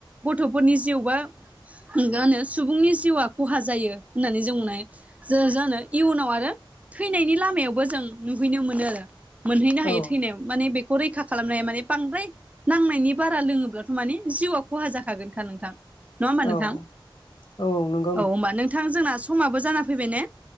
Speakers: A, on the right; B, on the left.
A: गथ'फोरनि जिउ बा मा होनो सुबुंनि जिउआ खहा जायो होननानै जों बुंनो हायो जा जानो इयुनाव आरो थैनायनि लामायावबो जों नुहैनो मोनो आरो मोनहैनो
B: औ
A: हायो थैनायाव माने बेखौ रैखा खालामनाया माने बांद्राय नांनायनि बारा लोङोब्लाथ' माने जिउआ खहा जाखागोनखा नोंथां नङा होमबा
B: औ
A: नोंथां
B: औ नों
A: औ होमबा नोंथां जोंना समाबो जाना फैबाय ने